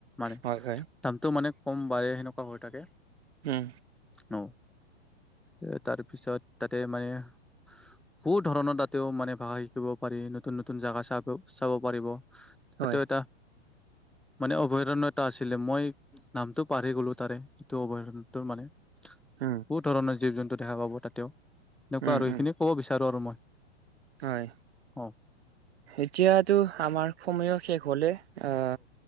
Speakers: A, in the centre; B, on the right (about 65°).
A: মানে,
B: হয়, হয়,
A: দামটো মানে, কম-বাঢ়ে সেনেকুৱা হৈ থাকে।
B: উম!
A: অ'! এ, তাৰপিছত, তাতে মানে বহুত ধৰণৰ, তাতেও মানে, ভাষা শিকিব পাৰি, নতুন-নতুন জাগা, চাব-চাব পাৰিব। সেইটো,
B: হয়,
A: এটা মানে, অভয়াৰণ্য এটা আছিলে। মই, নামটো পাহৰি গ'লো তাৰে, সেইটো অভয়াৰণ্য। ত' মানে, বহুত
B: উম,
A: ধৰণৰ জীৱ-জন্তু দেখা পাব, তাতেও। এনেকুৱা
B: উম,
A: আৰু সেইখিনি।
B: উম,
A: ক'ব বিচাৰোঁ আৰু মই।
B: হয়,
A: অ
B: এতিয়াতো আমাৰ সময়ো শেষ হলে। অ